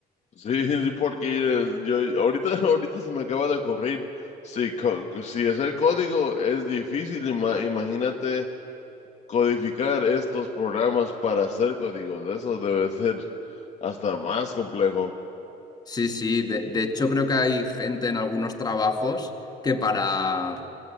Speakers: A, on the left (about 45°); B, on the left (about 25°).
A: Sí, sí, porque eh, yo ahorita, <laughs> ahorita se me acaba de ocurrir, si, co- si hacer código es difícil, ima- imagínate codificar estos programas para hacer códigos, eso debe ser hasta más complejo.
B: Sí, sí, de, de hecho creo que hay gente en algunos trabajos que para,